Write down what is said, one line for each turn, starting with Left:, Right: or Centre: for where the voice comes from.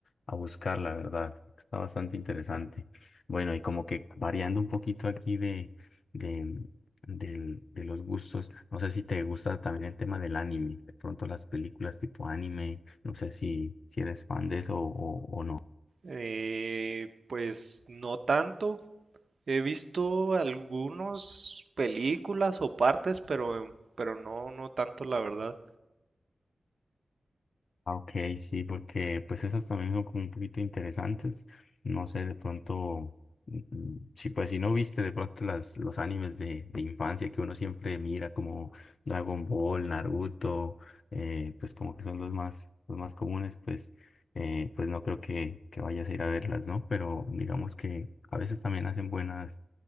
Left: a buscar, la verdad. Está bastante interesante. Bueno, y como que variando un poquito aquí de, de, del- de los gustos, no sé si te gusta también el tema del anime, de pronto las películas tipo anime, no sé si, si eres fan de eso o, o o no.
Right: Eh, pues no tanto. He visto algunas películas o partes, pero, pero no, no tanto, la verdad.
Left: Ah, ok, sí, porque pues esas también son como un poquito interesantes. No sé, de pronto, mm, sí, pues si no viste de pronto las, los animes de, de infancia que uno siempre mira como Dragon Ball, Naruto, eh, pues como que son los más, los más comunes, pues, eh, pues no creo que, que vayas a ir a verlas, ¿no? Pero digamos que a veces también hacen buenas,